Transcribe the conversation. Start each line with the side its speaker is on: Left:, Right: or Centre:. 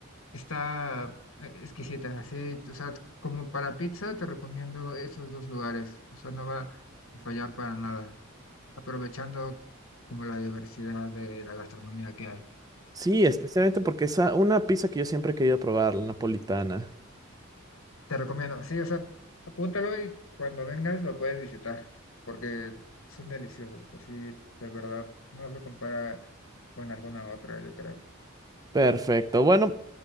Left: está eh, exquisita, sí, o sea, como para pizza te recomiendo esos dos lugares, o sea, no va a fallar para nada, aprovechando como la diversidad de la gastronomía que hay.
Right: Sí, especialmente porque es una pizza que yo siempre he querido probar, la napolitana.
Left: Te recomiendo, sí, o sea, apúntalo y cuando vengas lo puedes visitar, porque son deliciosos, así de verdad no se compara con alguna otra, yo creo.
Right: Perfecto. Bueno,